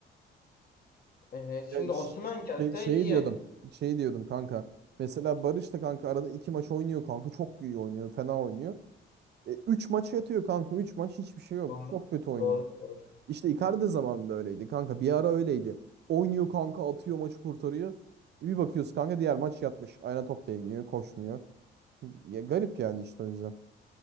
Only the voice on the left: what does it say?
Ee, şimdi
Osimhen gelse
iyi.
Doğru.
Doğru. Doğru.